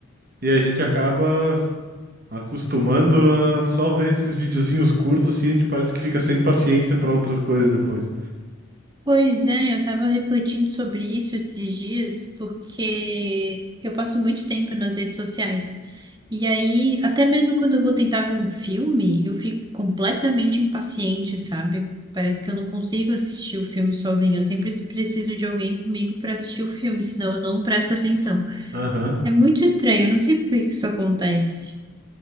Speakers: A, on the right; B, on the right.
A: E a gente acaba acostumando a só ver esses videozinhos curtos, assim, a gente parece que fica sem paciência para outras coisas depois.
B: Pois é, eu estava refletindo sobre isso esses dias, porque eu passo muito tempo nas redes sociais. E aí, até mesmo quando eu vou tentar ver um filme, eu fico completamente impaciente, sabe? Parece que eu não consigo assistir o filme sozinha. Eu sempre preciso de alguém comigo para assistir o filme, senão eu não presto atenção.
A: Aham.
B: É muito estranho, eu não sei por que que isso acontece.